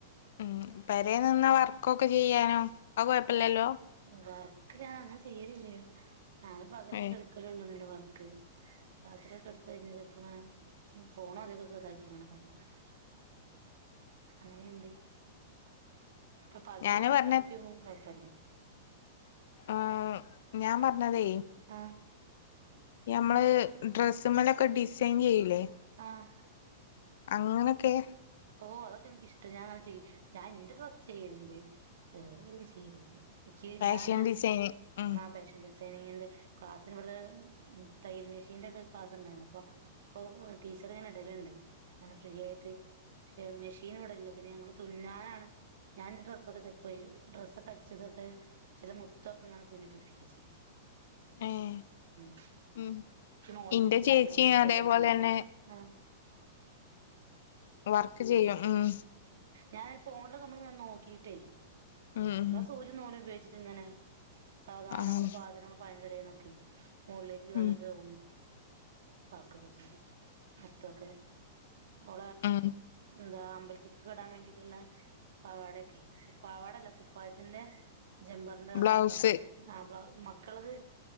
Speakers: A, on the left; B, on the right.
A: ഉം പെരേ നിന്ന വർക്കൊക്കെ ചെയ്യാനോ അഹ് കൊഴപ്പല്ലല്ലോ?
B: വർക്ക് ഞാ അങ്ങനെ ചെയ്യലില്ല ഞാൻ പകലൊക്കെ
A: ഏഹ്
B: എടുക്കലള്ളൂന്നല്ലോ വർക്ക് രാത്രിയാണ്ട് എട്ത്ത് കഴിഞ്ഞാ ചെൽപ്പോ ഫോണോ <unintelligible> താക്കി ഇങ്ങനെ പറഞ്ഞോണ്ട്ക്കും. അങ്ങനെ ണ്ട് പ്പ പകല്
A: ഞാന്
B: പിന്നെ
A: പറഞ്ഞ
B: പണിക്ക് വും കൊഴപ്പല്ല.
A: ആഹ് ഞാൻ പറഞ്ഞതേ
B: ആഹ്
A: ഞമ്മള് ഡ്രസ്സ് മലക്കെ ഡിസൈൻ യ്യ്ലേ?
B: ആഹ്
A: അങ്ങനെയൊക്കെ
B: ഓ അതൊക്കെ ൻക്ക് ഇഷ്ട ഞാ ചെയ്യ ഞാൻ ന്റെ ഡ്രസ്സ് ചെയ്യല്ണ്ട് വേറെ <unintelligible> ചെയ്യല് ല്ല. ക്കി
A: ഫാഷൻ
B: ഞാന്
A: ഡിസൈന് ഉം
B: ന്ന ഫേഷൻ ഡി ട്രെയിനിങ്ങിന്റെ ക്ലാസ്സ്ന് ഇവട് ന്ന് തയ്യൽ മെഷീന്റെ ഒക്കെ ക്ലാസ് ണ്ടായിരുന്നു അപ്പൊ പ്പൊ ടീച്ചർ ഇങ്ങനെ ഇടല്ണ്ട് ങ്ങനെ ഫ്രീ ആയിട്ട്. ക്ഷെ മെഷീൻ ഇവിടെല്ല പിന്നെ ഞങ്ങള് തുന്നാനാണ് ഞാൻന്റെ ഡ്രസ്സക്കെ ചെൽപ്പേ ഡ്രസ്സക്കെ അടിച്ചതൊക്കെ ചെല മുത്തൊക്കെങ്ങനെ തുന്നി പിടിപ്പിക്ക ചെയ്യും.
A: ഏഹ്
B: ഉം
A: ഉം
B: പിന്നെ ഓള്തെണ്ട്
A: ഇന്റെ
B: ഞ്ഞ്
A: ചേച്ചി
B: ആക്കാൻ <unintelligible>
A: അതേപോലെ
B: ഓള്
A: തന്നെ
B: ആഹ്
A: പ്പ വർക്ക് ചെയ്യോ? ആഹ്
B: ഞാൻ ഫോൺലൊക്കെ നമ്മൾ നോക്കിട്ടേ
A: ഉം
B: സൂചിം നൂലും ഉപയോഗിച്ചിട്ട് ഇങ്ങനെ സാധാരണ
A: ആഹ്
B: നമ്മള് <unintelligible>
A: ഉം
B: ക്കെ <unintelligible> വർക്കൊക്കെ ചെയ്യും മുത്തൊക്കെ <unintelligible>
A: ഉം
B: ന്താ അമ്പൽ ത്തില് ഇടാൻ വേണ്ടിട്ട് ള്ളേ പാവാടൊക്കെ പാവാടല്ല കുപ്പായത്തിന്റെ ജമ്പ എന്താ
A: ബ്ലൗസ്
B: വർക്കൊ ആ ബ്ലൗ മക്കളത്